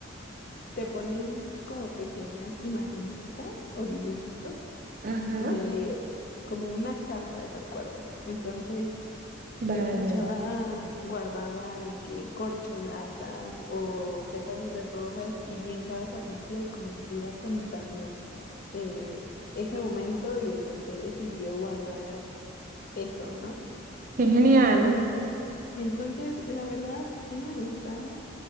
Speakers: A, on the left; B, on the right.
A: te ponen como pequeñas imagencitas o dibujitos
B: Ajá.
A: de como una caja de recuerdos. Entonces,
B: Vaya.
A: esta chava guardaba de que corcholatas o pétalos de rosas y en cada capítulo como que te iba contando eh, ese momento y el por qué decidió guardar eso, ¿no?
B: Qué genial.
A: Entonces, la verdad, sí me gustaba.